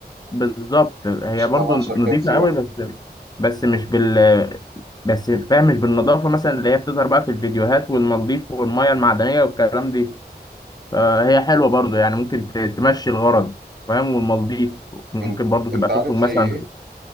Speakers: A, on the left; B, on the right.
A: بالظبط هي
B: مش تبع
A: برضو نظيفة
B: شركات سياحة
A: قوي بس بس مش بال بس فاهم مش بالنظافة مثلا اللي هي بتظهر بقى في الفيديوهات والمضيف والمية المعدنية والكلام دي فهي حلوة برضو يعني ممكن ت- تمشي الغرض فاهم والمضيف ممكن
B: انت
A: برضو تبقى
B: انت عارف
A: تخرج
B: زي
A: مثلا
B: ايه